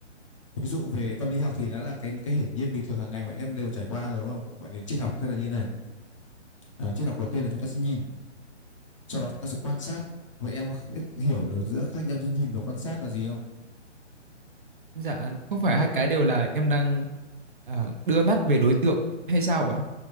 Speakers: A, on the left; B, on the right.
A: ví dụ về tâm lý học thì đó là cái những cái hiển nhiên bình thường hàng ngày mà em đều trải qua rồi đúng không vậy thì triết học sẽ là như này à, triết học đầu tiên là chúng ta sẽ nhìn sau đó chúng ta sẽ quan sát vậy em có biết hiểu được giữa khác nhau giữa nhìn và quan sát là gì không
B: Dạ, không phải hai cái đều là em đang à, đưa mắt về đối tượng hay sao ạ?